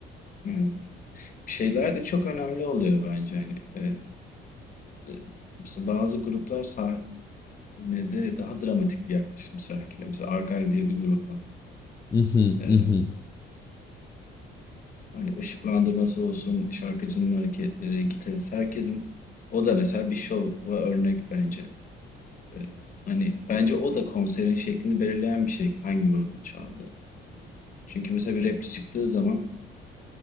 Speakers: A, on the left; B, on the left.
A: Evet. Şeyler de çok önemli oluyor bence hani. e, e, mesela bazı gruplar sahnede daha dramatik bir yaklaşım sergiliyor. Mesela Archive diye bir grup var.
B: <laughs> Mhm,
A: E,
B: mhm,
A: Hani ışıklandırması olsun, şarkıcının hareketleri, gitarist, herkesin o da mesela bir şov ve örnek bence. Ee, hani bence o da konserin şeklini belirleyen bir şey hangi grubun çaldığı. Çünkü mesela bir rapçi çıktığı zaman